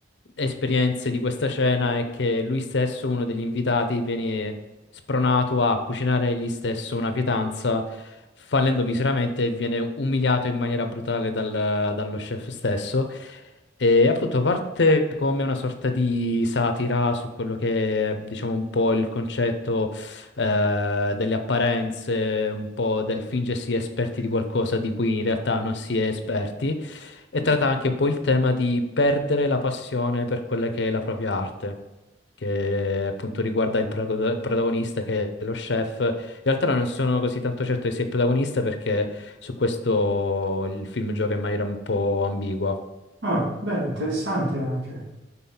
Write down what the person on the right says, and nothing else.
Ah, beh, interessante anche.